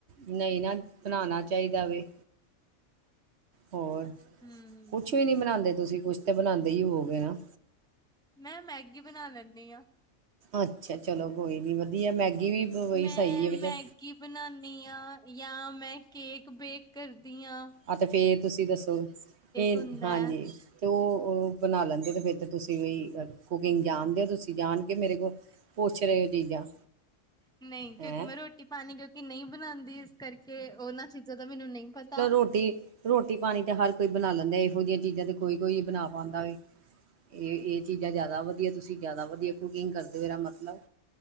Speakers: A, on the right; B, in the centre.
A: ਨਈਂ ਨਾ, ਬਨਾਨਾ ਚਾਈਦਾ ਵੇ। ਹੋਰ,
B: ਹਮ
A: ਕੁਛ ਵੀ ਨੀ ਬਨਾਂਦੇ ਤੁਸੀਂ, ਕੁਛ ਤੇ ਬਨਾਂਦੇ ਈ ਹੋਵੋ ਗੇਨਾਂ?
B: ਮੈਂ, ਮੈਗੀ ਬਨਾ ਲੈਂਨੀ ਆਂ।
A: ਅੱਛਾ, ਚਲੋ ਕੋਈ ਨੀ ਵਧੀਆ ਮੈਗੀ ਵੀ। ਬਈ
B: ਮੈਂ
A: ਸਹੀ ਹੈ
B: ਮੈਗੀ
A: ਵਿਚ
B: ਬਨਾਨੀ ਆਂ ਯਾਂ ਮੈਂ ਕੇਕ ਬੇਕ ਕਰਦੀ ਆਂ।
A: ਆ ਤੇ ਫੇਰ ਤੁਸੀਂ ਦੱਸੋ, ਏ
B: ਹੁੰਦਾ
A: ਹਾਂਜੀ?
B: ਹੈ
A: ਤੇ ਓ, ਓ ਬਣਾ ਲੈਂਦੇ ਤੇ ਫਿਰ ਤਾਂ ਤੁਸੀਂ ਵੀ ਕੁਕਿੰਗ ਜਾਣਦੇ ਹੋ ਤੁਸੀਂ ਜਾਣ ਕੇ ਮੇਰੇ ਕੋਲ ਪੁੱਛ ਰਹੇ ਹੋ ਚੀਜ਼ਾਂ
B: ਨਹੀਂ, ਕਿਉਂਕਿ
A: ਹੈਂ
B: ਮੈਂ ਰੋਟੀ ਪਾਣੀ ਕਿਉਂਕਿ ਨਹੀਂ ਬਣਾਦੀ, ਇਸ ਕਰਕੇ ਉਹਨਾਂ ਚੀਜ਼ਾਂ ਦਾ ਮੈਨੂੰ ਨਹੀਂ ਪਤਾ।
A: ਘੁਟੀ ਰੋਟੀ ਪਾਣੀ ਤੇ ਹਰ ਕੋਈ ਬਣਾ ਲੈਂਦਾ, ਇਹੋ ਜਿਹੀਆਂ ਚੀਜ਼ਾਂ ਤੇ ਕੋਈ ਕੋਈ ਬਣਾ ਪਾਂਦਾ ਵੈ। ਇਹ ਇਹ ਚੀਜ਼ਾਂ ਜ਼ਿਆਦਾ ਵਧੀਆ, ਤੁਸੀਂ ਜ਼ਿਆਦਾ ਵਧੀਆ ਕੁਕਿੰਗ ਕਰਦੇ ਹੋ ਮੇਰਾ ਮਤਲਬ।